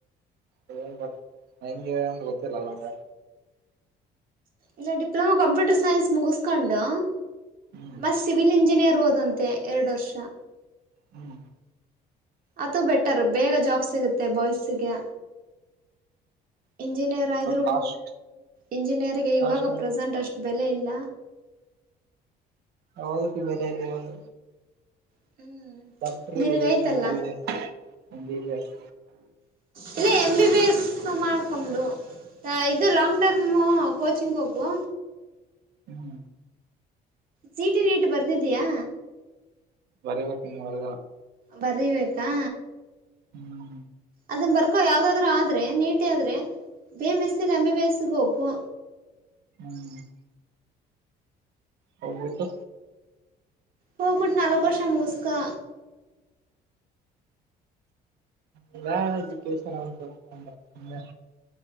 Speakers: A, on the right; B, on the right.
A: ಇದೆ ಬಟ್ ಹೆಂಗೆ ಅಂತ ಗೊತ್ತಿಲ್ಲಲ್ಲ ನಂಗೆ.
B: ಇಲ್ಲ ಡಿಪ್ಲೊಮಾ ಕಂಪ್ಯೂಟರ್ ಸೈನ್ಸ್ ಮುಗಸಕೊಂಡು
A: ಹ್ಮ್
B: ಮತ್ ಸಿವಿಲ್ ಇಂಜಿನಿಯರ್ ಓದಂತೆ ಎರಡ ವರ್ಷ.
A: ಹ್ಮ್
B: ಅದು ಬೆಟರ್ ಬೇಗ ಜಾಬ್ ಸಿಗುತ್ತೆ ಬಾಯ್ಸಗೆ. ಇಂಜಿನಿಯರ್ ಆದ್ರೂ
A: ಕಾಸ್ಟ್
B: ಇಂಜಿನಿಯರಿಗೆ
A: ಕಾಸ್ಟ್
B: ಇವಾಗ ಪ್ರೆಸೆಂಟ್ ಅಷ್ಟ ಬೆಲೆ ಇಲ್ಲ.
A: ಹೌದು ಬೆಲೆ ಇಲ್ಲ ಇವಾಗಾ.
B: ಹ್ಮ್
A: ಡಾಕ್ಟರು
B: ನಿನಗೈತಲ್ಲ
A: ಇದೆ ಬಿಎಸ್ ಎಂಬಿಬಿಎಸ್.
B: ಇಲ್ಲ ಎಂ ಬಿ ಬಿ ಎಸ್ ಮಾಡ ಮಾಡ್ಕೊಂಡ್ ಬಿಡು ಅ ಇದು ಲಾಂಗ್ ಟರ್ಮ ಕೋಚಿಂಗ್ ಹೋಗೂ
A: ಹ್ಮ್
B: ಸಿಇಟಿ ನೀಟ್ ಬರ್ದಿದೀಯಾ?
A: ಬರಿಬೇಕ ಇನ್ನೂ ಬರದಿಲ್ಲಾ.
B: ಬರಿಬೇಕಾ?
A: ಹ್ಮ್
B: ಅದನ್ನ ಬರ್ಕೊ ಯಾವ್ದಾದ್ರು ಆದ್ರೆ ನೀಟ ಆದ್ರೆ ಬಿ ಎಮ್ ಎಸ್ ಇಲ್ಲ ಎಂ ಬಿ ಬಿ ಎಸ್ಗ ಹೋಗು.
A: ಹ್ಮ್ ಹೋಗ್ಬಿಟ್ಟು
B: ಹೋಗ್ಬಿಟ್ ನಾಲಕ್ ವರ್ಷ ಮುಗಸ್ಕೊ.
A: ಎಲ್ಲಾ ಎಜುಕಷನ್ <unintelligible>